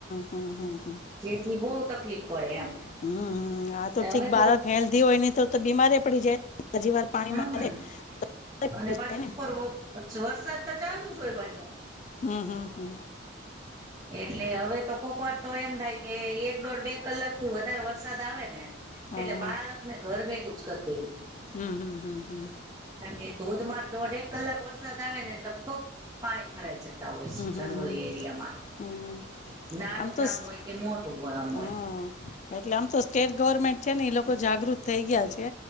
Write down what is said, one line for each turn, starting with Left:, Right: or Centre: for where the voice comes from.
Left: હમ હમ હમ.
Right: જેથી બહુ તકલીફ પડે એમ.
Left: હમ હમ
Right: એટલે
Left: આ તો ઠીક
Right: હવે
Left: બાળક હેલ્ધી હોય ને તો બીમારેય પડી જાય. હજી વાર પાણી
Right: હમ
Left: મારે પડી
Right: અને પાછો
Left: જાય ને
Right: ઉપર વરસાદ તો ચાલુ જ હોય પાછો.
Left: હમ હમ હમ.
Right: એટલે હવે તો કોકવાર તો એમ થાય કે એક દોઢ બે કલાક થી વધારે વરસાદ આવે ને.
Left: હા
Right: એટલે બાળકને ઘર ભેગું જ કર દેવુ.
Left: હમ હમ હમ હમ
Right: કારણ કે ધોધમાર દોઢ એક કલાક વરસાદ આવે ને એટલે લગભગ પાણી ભરાય જાય. હોય છે જનરલ
Left: હમ હમ હમ
Right: એરિયામાં
Left: હમ
Right: નાનું
Left: આમ તો
Right: ગામ
Left: સ-
Right: હોય કે મોટું ગામ
Left: હા,
Right: હોય.
Left: એટલે આમ તો સ્ટેટ ગવર્મેન્ટ છે ને એ લોકો જાગૃત થઈ ગયા છે.